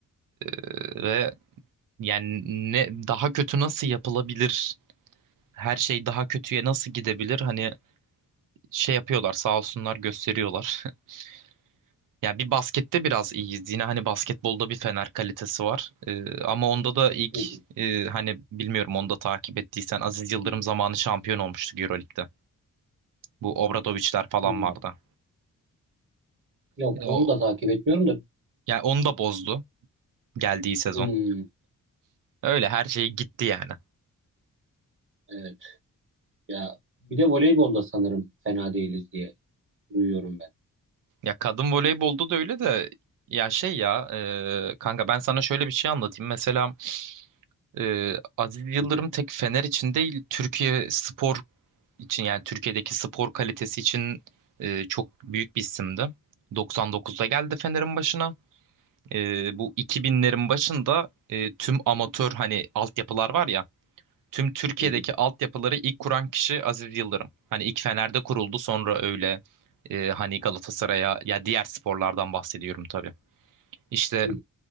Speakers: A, on the right (about 70°); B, on the right (about 40°).
A: E, ve yani ne daha kötü nasıl yapılabilir? Her şey daha kötüye nasıl gidebilir? Hani şey yapıyorlar sağ olsunlar gösteriyorlar. <laughs> Yani bir baskette biraz iyiyiz. Yine hani basketbolda bir Fener kalitesi var. E, ama onda da ilk
B: Hı hı.
A: e, hani bilmiyorum onu da takip ettiysen Aziz Yıldırım zamanı şampiyon olmuştu Euroleague'de. Bu Obradoviçler falan
B: Hı.
A: vardı.
B: Yok
A: E,
B: onu
A: O,
B: da takip etmiyorum da
A: yani onu da bozdu. geldiği sezon.
B: Hmm,
A: Öyle her şey gitti yani.
B: evet ya bir de voleybolda sanırım fena değiliz diye duyuyorum
A: Ya kadın voleybolda da öyle de ya şey ya e, kanka ben sana şöyle bir şey anlatayım. Mesela e, Aziz Yıldırım
B: Hı hı,
A: tek Fener için değil Türkiye spor için yani Türkiye'deki spor kalitesi için e, çok büyük bir isimdi. 99'da geldi Fener'in başına. E, bu 2000'lerin başında e, tüm amatör hani altyapılar var ya tüm Türkiye'deki
B: hı hı,
A: altyapıları ilk kuran kişi Aziz Yıldırım. Hani ilk Fener'de kuruldu sonra öyle e, hani Galatasaray'a ya diğer sporlardan bahsediyorum tabii. İşte
B: hı